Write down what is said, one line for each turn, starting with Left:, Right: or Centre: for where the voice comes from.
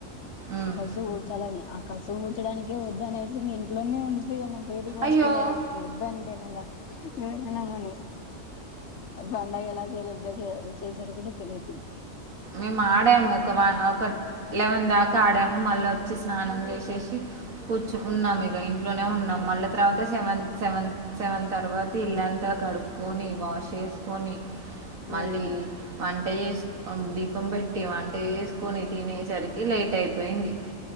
Right: ఉమ్.
Left: కసు గోడ్చాలనే ఆ కసుం కూర్చడానికే వద్దు అనేసి నే ఇంట్లోనే ఉం పోయాను బయటికి పొనికే
Right: అయ్యో
Left: లేదని ఒద్దని ఎన్నన్న ఈమె ఏనాన్నపోని పండగ్ అసలు బెష్ చేసుకుండా తెలువది
Right: మేము ఆడాము ఒక ఒక లెవెన్ దాకా ఆడాము మళ్ళీ వచ్చి స్నానం చేసేసి కూచ ఉన్నాం ఇక ఇంట్లోనే ఉన్నాం మళ్ళీ తర్వాత సెవెంత్ సెవెంత్ సెవెన్ తర్వాత ఇల్లంతా కడుక్కకొని వాష్ చేసుకొని మళ్ళీ
Left: ఉమ్
Right: వంట ఉమ్ దీపం పెట్టి వంట వేసుకొని తినేసరికి లేట్ అయిపోయింది